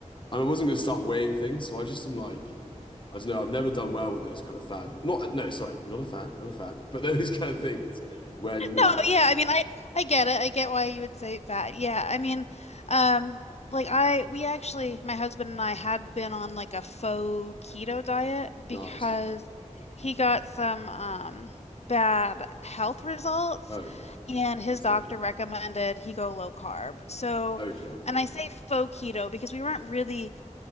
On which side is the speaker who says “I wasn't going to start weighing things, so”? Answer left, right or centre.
Left